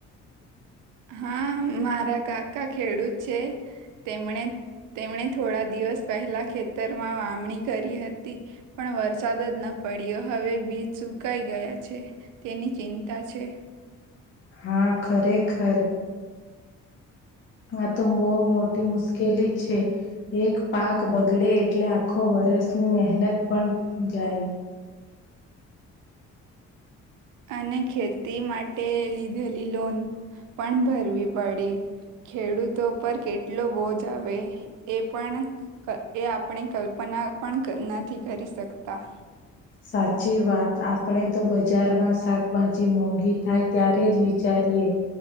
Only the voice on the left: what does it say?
હા ખરેખર આ તો બહુ મોટી મુશ્કેલી છે એક પાક બગડે એટલે આખો વ વરસની મહેનત પણ જાય
સાચી વાત આપણે તો બજારમાં શાકભાજી મોંઘી થાય ત્યારે જ વિચાર કરીએ